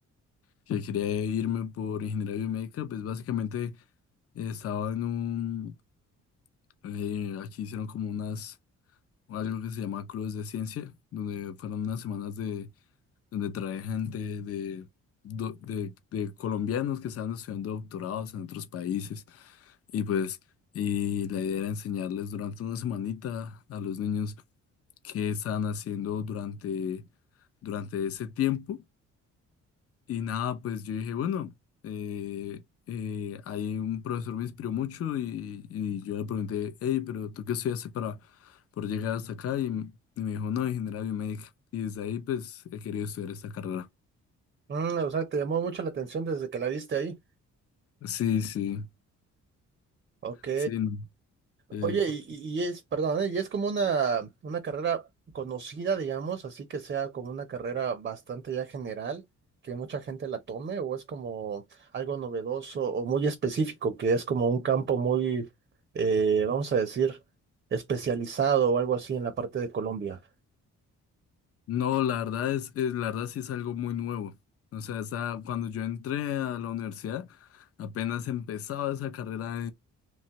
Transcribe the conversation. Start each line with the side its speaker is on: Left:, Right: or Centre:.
Left: que quería irme por ingeniería biomédica, pues básicamente eh, estaba en un Eh, aquí hicieron como unas, algo que se llama Clubes de Ciencia, donde fueron unas semanas de, donde trae gente de, do- de, de colombianos que estaban estudiando doctorados en otros países. Y pues, y la idea era enseñarles durante una semanita a los niños qué estaban haciendo durante, durante ese tiempo y nada, pues yo dije, bueno, eh, eh, ahí un profesor me inspiró mucho y, y yo le pregunté, hey, pero ¿tú qué estudiaste para por llegar hasta acá? Y, m- y me dijo, no, ingeniería biomédica. Y desde ahí, pues, he querido estudiar esta carrera.
Right: Mm, o sea, te llamó mucho la atención desde que la viste ahí.
Left: Sí, sí,
Right: Ok.
Left: sí. No, Eh,
Right: Oye,
Left: fu-
Right: y, y- es, perdón, ¿eh? Y es como una, una carrera conocida, digamos, así que sea como una carrera bastante ya general, que mucha gente la tome, o es como algo novedoso o muy específico, que es como un campo muy, eh, vamos a decir, especializado o algo así en la parte de Colombia.
Left: no, la verdad es, es- la verdad sí es algo muy nuevo. O sea, esa- cuando yo entré a la universidad, apenas empezaba esa carrera